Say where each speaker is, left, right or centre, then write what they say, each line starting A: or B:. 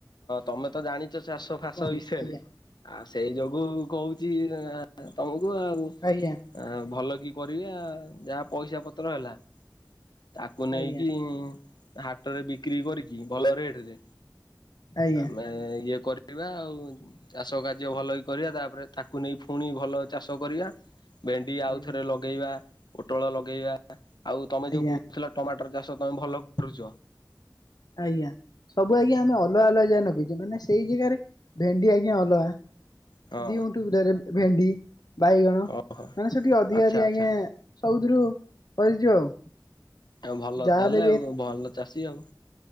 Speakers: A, on the left; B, on the left.
A: ତମେ ତ ଜାଣିଛ ଚାଷ ଫାସ
B: କୁହନ୍ତୁ
A: ବିଷୟରେ,
B: ଆଜ୍ଞା
A: ଆଉ ସେଇ ଯୋଗୁ କହୁଛି ତମକୁ ଆଉ,
B: ଆଜ୍ଞା।
A: ଭଲ କି କରିବା ଯାହା ପଇସା ପତ୍ର ହେଲା ତାକୁ ନେଇକି
B: ଆଜ୍ଞା
A: ହାଟରେ ବିକ୍ରି କରିକି ଭଲ ରେଟ ରେ
B: ଆଜ୍ଞା
A: ଆମେ ଇଏ କରି କରିବା ଆଉ ଚାଷ କାର୍ଯ୍ୟ ଭଲ ହ କରିବା, ତାପରେ ତାକୁ ନେଇ ପୁଣି ଭଲ ଚାଷ କରିବା। ଭେଣ୍ଡି ଆଉଥରେ
B: ଆଜ୍ଞା
A: ଲଗେଇବା, ପୋଟଳ ଲଗେଇବା, ଆଉ ତମେ
B: ଆଜ୍ଞା
A: ଯୋଉ କହୁଥିଲ ଟମାଟର ଚାଷ? ତ ତମେ ଭଲ କରୁଛ।
B: ଆଜ୍ଞା, ସବୁ ଆଜ୍ଞା ଆମେ ଅଲଗା ଅଲଗା ଯା ନଗିଛୁ ମାନେ ସେଇ ଜାଗାରେ ଭେଣ୍ଡି ଆଜ୍ଞା ଅଲଗା
A: ହଁ
B: ଦିଉଠୁ ଭେଣ୍ଡି। ବାଇଗଣ
A: ହଁ
B: ମାନେ ସେଠି ଅଧିକା
A: ଆଚ୍ଛା
B: ଅଧିକା
A: ଆଚ୍ଛା
B: ଆଜ୍ଞା ସବଦରୁ କରିଚୁ ଆଉ।
A: ଆଉ ଭଲ
B: ଯାହାହେଲେ
A: ତାହେଲେ ଆଉ ଭଲ ଚାଷୀ ଆଉ।